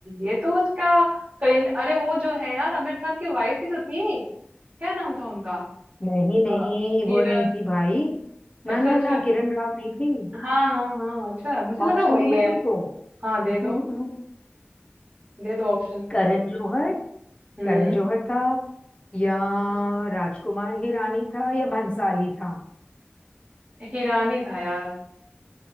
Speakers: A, on the right; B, on the left.
A: ये तो उसका करीन अरे वो जो है यार आमिर खान की वाइफ ही तो थी क्या नाम था उनका
B: नहीं नहीं
A: अ, किरण
B: वो नहीं थी भाई ना
A: अच्छा
B: ना
A: अच्छा
B: ना किरण राव नहीं थी
A: हाँ हाँ हाँ अच्छा मुझे लगा
B: ऑप्शन
A: वही
B: दूं मैं
A: है यार
B: तुमको
A: हाँ
B: हम्म,
A: दे दो
B: हम्म।
A: दे दो ऑप्शन
B: करण जौहर
A: हम्म
B: करण जौहर था या राजकुमार हिरानी था या भंसाली था
A: हीरानी था यार